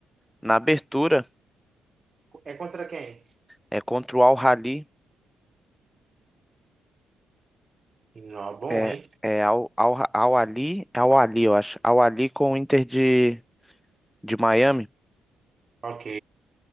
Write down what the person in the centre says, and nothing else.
Na abertura,
é contra o Al-Ahly,
é,
é Al, Al, Al-Ahly, Al-Ahly, eu acho, Al-Ahly com o Inter de, de Miami.